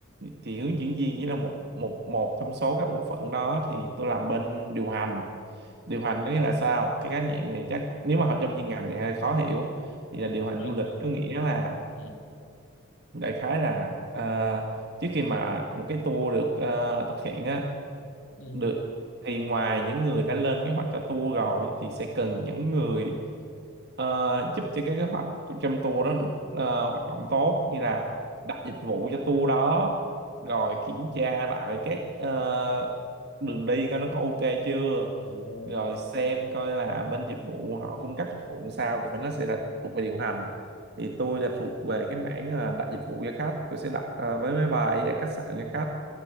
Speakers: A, on the right; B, on the left.
A: thì hướng dẫn viên chỉ là một một một trong số các bộ phận đó thì tôi làm bên điều hành điều hành có nghĩa là sao cái khái niệm này chắc nếu mà học trong chuyên ngành thì hơi khó hiểu
B: ờ
A: thì là điều hành
B: đó là
A: du lịch
B: gì vậy
A: có nghĩa là
B: ừ
A: đại khái là ờ, trước khi mà một cái tour được ờ, thực hiện á
B: ừ
A: được thì ngoài những người đã lên kế hoạch cho tour rồi thì sẽ cần những người ờ, giúp cho cái kế hoạch của- trong tour đó được ờ, hoạt động tốt như là đặt dịch vụ cho tour đó rồi kiểm tra lại cái ờ, đường đi coi nó có ok chưa
B: ồ
A: rồi xem coi là bên dịch vụ họ cung cấp dịch vụ sao thì bên đó sẽ là thuộc về điều hành thì tôi là thuộc về cái mảng ờ, đặt dịch vụ cho khách tôi sẽ đặt ờ, vé máy bay để khách sạn cho khách